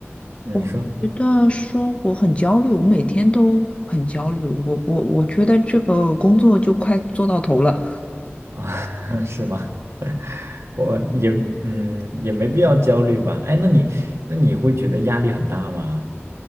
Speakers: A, on the right (about 80°); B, on the left (about 25°).
A: 你说
B: 我会觉得说我很焦虑，我每天都很焦虑。我我我觉得这个工作就快做到头了，
A: 啊 <laughs> 是吗？我也嗯也没必要焦虑吧？哎，那你那你会觉得压力很大吗？